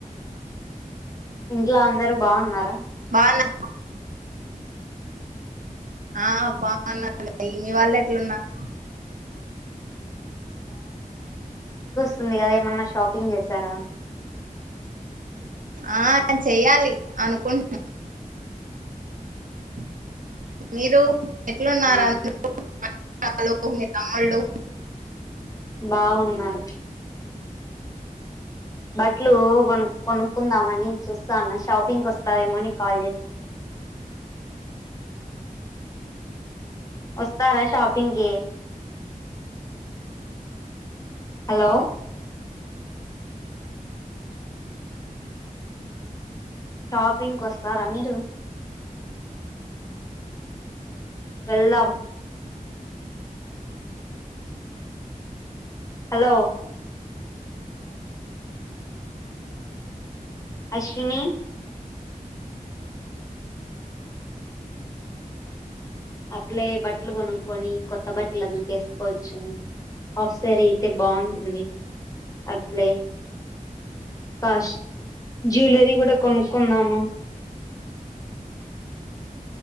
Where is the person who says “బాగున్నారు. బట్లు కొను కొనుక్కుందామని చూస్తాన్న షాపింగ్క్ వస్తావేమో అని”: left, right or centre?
Left